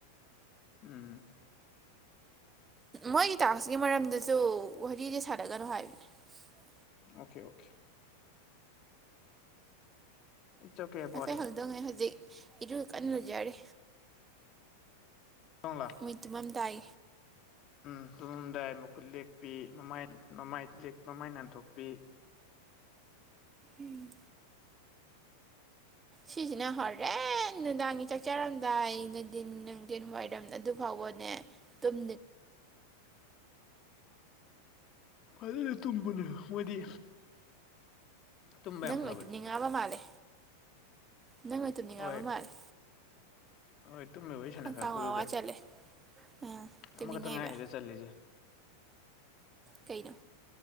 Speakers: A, on the left; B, on the right.
A: ꯎꯝ
B: ꯃꯣꯏꯒꯤ ꯇꯥꯛꯁꯀꯤ ꯃꯔꯝꯗꯁꯨ ꯋꯥꯔꯤꯗꯤ ꯁꯥꯟꯅꯒꯅꯨ ꯍꯥꯏꯕꯅꯦ
A: okay okay it's okay about
B: ꯑꯩꯈꯣꯏ
A: ꯏꯠ
B: ꯍꯪꯗꯣꯡꯉꯦ ꯍꯧꯖꯤꯛ ꯏꯔꯨ ꯀꯟꯅ ꯂꯨꯖꯔꯤ
A: ꯇꯣꯡꯂꯥ
B: ꯃꯠꯇꯃꯝ ꯇꯥꯏ
A: ꯎꯝ ꯇꯨꯝꯗꯏꯃ ꯈꯨꯠ ꯂꯦꯛꯄꯤ ꯃꯃꯥꯏ ꯃꯃꯥꯏ ꯃꯃꯥꯏ ꯅꯥꯟꯊꯣꯛꯄꯤ
B: ꯎꯝ ꯁꯤꯁꯤꯅ ꯍꯣꯔꯦꯟ ꯅꯨꯡꯗꯥꯡꯒꯤ ꯆꯥꯛꯆꯔꯝꯗꯥꯏ ꯅꯨꯡꯊꯤꯟ ꯅꯨꯡꯊꯤꯟ ꯋꯥꯏꯔꯝ ꯑꯗꯨ ꯐꯥꯎꯕ ꯅꯦ ꯇꯨꯝ
A: ꯐꯖꯅ ꯇꯨꯝꯕꯅ ꯃꯣꯏꯗꯤ ꯇꯨꯝꯕ
B: ꯅꯪ
A: ꯌꯥꯝ ꯐꯕꯅꯦ
B: ꯍꯣꯏꯨ ꯅꯤꯡꯉꯕ ꯃꯥꯂꯦ ꯅꯪ ꯍ ꯇꯨꯅꯤꯡꯉꯕ
A: ꯍꯣꯏ
B: ꯃꯥꯜꯂꯦ
A: ꯍꯣꯏ ꯇꯨꯝꯃꯦꯕ ꯋꯥꯔꯤ ꯁꯥꯟꯅꯈꯛꯄꯗꯨꯗ
B: ꯍꯪꯀꯥꯝ ꯋꯥ ꯋꯥ ꯆꯠꯂꯦ ꯑꯥ ꯇꯨꯝꯅꯤꯡꯉꯛꯏꯕ
A: ꯑꯃꯈꯛꯇ ꯉꯥꯏꯔꯤꯗ ꯆꯠꯂꯤꯁꯦ
B: ꯀꯩꯅꯣ